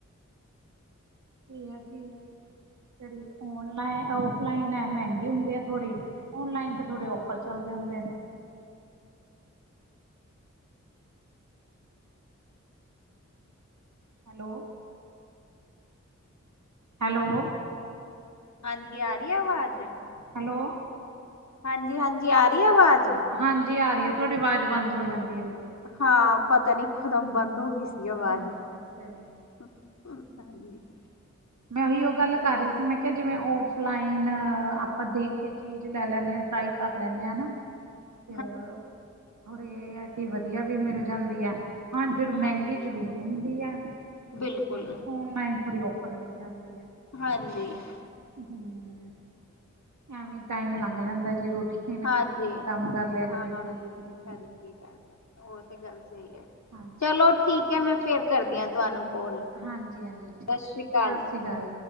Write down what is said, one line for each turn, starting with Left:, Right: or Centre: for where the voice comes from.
Right: ਇਹ ਹੈ ਕਿ ਜਿਹੜੀ ਓਨਲਾਈਨ ਔਫਲਾਈਨ ਹੈ ਮਹਿੰਗੇ ਹੁੰਦੇ ਆ ਥੋੜੇ, ! ਓਨਲਾਈਨ ਤੇ ਥੋੜੇ ਔਫਰ ਚੱਲਦੇ ਹੁੰਦੇ ਨੇ! ਹੈਲੋ! ਹੈਲੋ
Left: ਹਾਂਜੀ ਆ ਰਹੀ ਹੈ ਆਵਾਜ਼?
Right: ਹੈਲੋ
Left: ਹਾਂਜੀ ਹਾਂਜੀ ਆ ਰਹੀ ਐ ਆਵਾਜ਼?
Right: ਹਾਂਜੀ ਆ ਰਹੀ ਹੈ ਤੁਹਾਡੀ ਆਵਾਜ਼ ਬੰਦ ਹੋ ਜਾਂਦੀ ਹੈ ਵਿਚ,,
Left: ਹਾਂ ਪਤਾ ਨੀ ਇੱਕੋ ਦਮ ਬੰਦ ਹੋ ਗਈ ਸੀ ਅਵਾਜ਼!
Right: ਅੱਛਾ ਅੱਛਾ ਜੀ
Left: <unintelligible>
Right: ਮੈਂ ਉਹੀ ਉਹ ਗੱਲ ਕਰ ਰਹੀ ਸੀ ਮੈਂ ਕਿਹਾ ਜਿਵੇਂ ਔਫਲਾਈਨ ਆਪਾਂ ਦੇਖ ਕੇ ਚੀਜ਼ ਲੈ ਲੈਂਦੇ ਹਾਂ ਟਰਾਈ ਕਰ ਲੈਂਦੇ ਹਾਂ ਨਾ!
Left: <inaudible>
Right: ਫਿਰ ਥੋੜੀ ਇਹ ਆ ਕਿ ਵਧੀਆ ਵੀ ਮਿਲ ਜਾਂਦੀ ਹੈ! ਹਾਂ ਜ ਮਹਿੰਗੀ
Left: ਹਾਂਜੀ
Right: ਜ਼ਰੂਰ ਹੁੰਦੀ ਹੈ ਤੇ
Left: ਬਿਲਕੁਲ
Right: ਓਨਲਾਈਨ ਥੋੜੀ ਆਫ ਉਪਰ ਮਿਲ ਜਾਂਦੀ ਹੈ!
Left: ਹਾਂਜੀ, !
Right: <unintelligible> ਐਵੇਂ ਟਾਈਮ ਲੰਘ ਜਾਂਦਾ ਜੀ ਰੂਟੀਨ
Left: ਹਾਂਜੀ
Right: ਕਦੇ ਕੰਮ ਕਰ ਲਿਆ
Left: ਹਾਂ
Right: ਕਦੇ ਕੀ ਕਦੇ ਕੀ
Left: ਕਦ ਕਰ ਉਹ ਤੇ ਗੱਲ ਸਹੀ ਹੈ
Right: ਹਾਂਜੀ
Left: ਚਲੋ ਠੀਕ ਹੈ ਮੈਂ ਫੇਰ ਕਰਦੀ ਹੈ ਤੁਹਾਨੂੰ ਕਾਲ
Right: ਹਾਂਜੀ ਹਾਂਜੀ ਠੀਕ
Left: ਸਤਿ ਸ੍ਰੀ
Right: ਹੈ
Left: ਅਕਾਲ ਜੀ
Right: ਸ਼੍ਰੀ ਅਕਾਲ